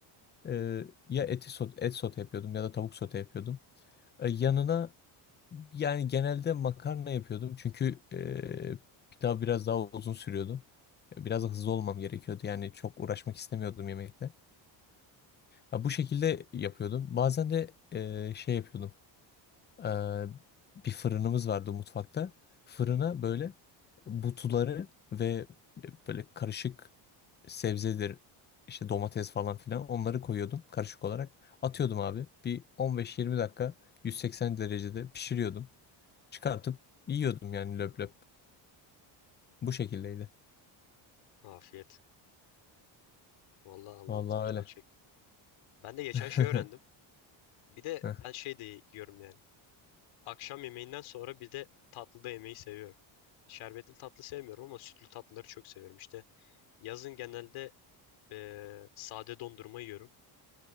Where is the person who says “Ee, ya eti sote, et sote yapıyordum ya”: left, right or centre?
Left